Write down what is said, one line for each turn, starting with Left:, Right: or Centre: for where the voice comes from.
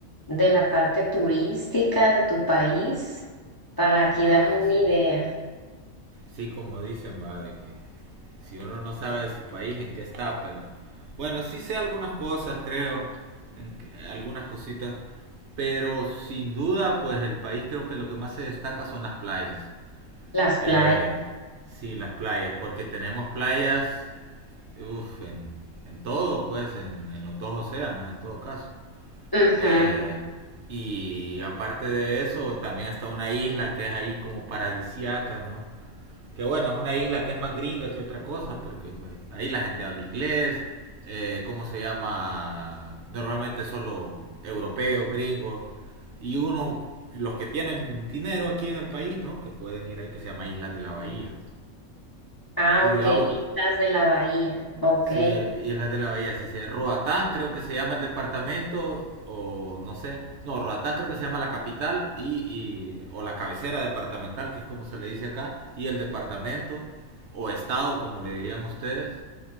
Left: de la parte turística de tu país para aquí
Right: Ah,
Left: darme una
Right: sí.
Left: idea.
Right: Sí, como dicen, va, de que si uno no sabe de su país, en qué está, pero... Bueno, sí sé algunas cosas, creo, en que- algunas cositas, pero sin duda, pues el país creo que lo que más se destaca son las playas.
Left: Las playas.
Right: Eh, sí, las playas, porque tenemos playas, uf, en, en todo, pues, en, en los dos océanos, en todo caso.
Left: Ujú.
Right: Eh, y aparte de eso, también está una isla que es ahí como paradisiaca, ¿no? Que bueno, es una isla que es más gringa que otra cosa, porque pues ahí la gente habla inglés, eh, ¿cómo se llama? Normalmente solo europeos, gringos, y uno, los que tienen dinero aquí en el país, ¿no? Que pueden ir ahí, que se llama Islas de la Bahía.
Left: Ah,
Right: Y
Left: ok.
Right: digamos,
Left: Y las de la bahía. Ok.
Right: Sí, Islas de la Bahía, sí se Roatán creo que se llama el departamento, o no sé, no, Roatán creo que se llama la capital y, y o la cabecera departamental, que es como se le dice acá, y el departamento o estado, como le dirían ustedes.